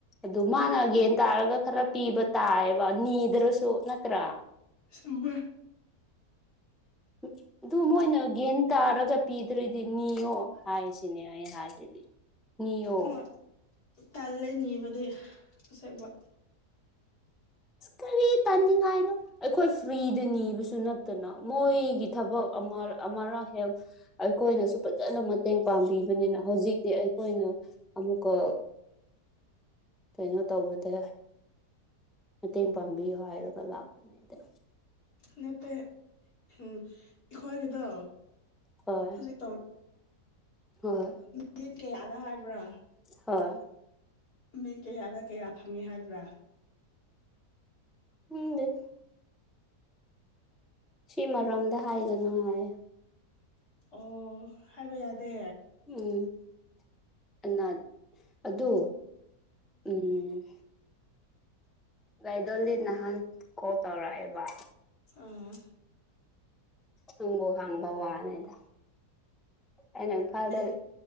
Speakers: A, in the centre; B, on the left.
A: ꯑꯗꯨ ꯃꯥꯅ ꯌꯦꯟ ꯇꯥꯔꯒ ꯈꯔ ꯄꯤꯕ ꯇꯥꯏꯌꯦꯕ ꯅꯤꯗ꯭ꯔꯁꯨ ꯅꯠꯇ꯭ꯔꯥ
B: ꯆꯨꯝꯃꯦ
A: <unintelligible> ꯑꯗꯨ ꯃꯣꯏꯅ ꯒꯦꯟ ꯇꯥꯔꯒ ꯄꯤꯗ꯭ꯔꯗꯤ ꯅꯤꯌꯣ ꯍꯥꯏꯁꯤꯅꯦ ꯑꯩ ꯍꯥꯏꯁꯤꯗꯤ ꯅꯤꯌꯣ
B: ꯍꯣꯏ ꯇꯜꯂꯦ ꯅꯤꯕꯗꯤ ꯑꯁꯦꯡꯕ
A: ꯀꯔꯤ ꯇꯟꯅꯤꯉꯥꯏꯅꯣ ꯑꯩꯈꯣꯏ ꯐ꯭ꯔꯤꯗ ꯅꯤꯕꯁꯨ ꯅꯠꯇꯅ ꯃꯣꯏꯒꯤ ꯊꯕꯛ ꯑꯃ ꯑꯃꯥꯔꯛ ꯍꯦꯛ ꯑꯩꯈꯣꯏꯅꯁꯨ ꯐꯖꯅ ꯃꯇꯦꯡ ꯄꯥꯡꯕꯤꯕꯅꯤꯅ ꯍꯧꯖꯤꯛꯇꯤ ꯑꯩꯈꯣꯏꯅ ꯑꯃꯨꯛꯀ ꯀꯩꯅꯣ ꯇꯧꯕꯗ ꯃꯇꯦꯡ ꯄꯥꯡꯕꯤꯌꯨ ꯍꯥꯏꯔꯒ ꯂꯥꯛꯄꯅꯦ ꯑꯗ
B: ꯅꯠꯇꯦ ꯍꯥꯝ ꯑꯩꯈꯣꯏꯒꯤꯗꯣ
A: ꯍꯣꯏ
B: ꯍꯧꯖꯤꯛ
A: ꯍꯣꯏ
B: ꯃꯤꯅꯤꯠ ꯀꯌꯥꯗ ꯍꯥꯏꯕ꯭ꯔꯥ
A: ꯍꯣꯏ
B: ꯃꯤꯠ ꯀꯌꯥꯗ ꯀꯌꯥ ꯐꯪꯉꯤ ꯍꯥꯏꯕ꯭ꯔꯥ
A: <unintelligible> ꯁꯤꯃꯔꯝꯗ ꯍꯥꯏꯒꯅꯨ ꯍꯥꯏ
B: ꯑꯣ ꯍꯥꯏꯕ ꯌꯥꯗꯦ
A: ꯎꯝ ꯑꯅꯥ ꯑꯗꯣ ꯎꯝ ꯒꯥꯥꯏꯗꯣꯂꯤ ꯅꯍꯥꯟ ꯀꯣꯜ ꯇꯧꯔꯛꯑꯦꯕ
B: ꯑꯥ
A: ꯍꯪꯕꯨ ꯍꯥꯡꯕ ꯋꯥꯅꯦꯗ ꯑꯩꯅ ꯏꯝꯐꯥꯜꯗ
B: ꯑꯦ